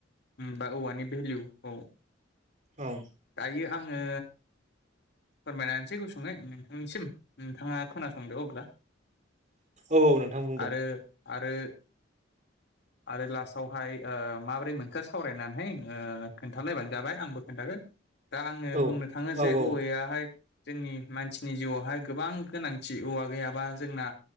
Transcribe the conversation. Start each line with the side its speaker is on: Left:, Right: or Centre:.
Left: बा औवानि भेलुखौ
Right: औ
Left: दायो आङो फोरमायलांसै गुसुङै नोंथांनिसिम नोंथाङा खोनासंदो अब्ला
Right: औ औ नोंथां बुंदे
Left: आरो आरो आरो लास्टावहाय माबोरै मोनखो सावरायनानै खोन्थालायबानो जाबाय आंबो खोन्थागोन दा आङो
Right: औ
Left: बुंनो थाङो जे
Right: औ औ
Left: औवयाहाय जोंनि मानसिनि जिउआवहाय गोबां गोनांथि, औवा गैयाबा जोंना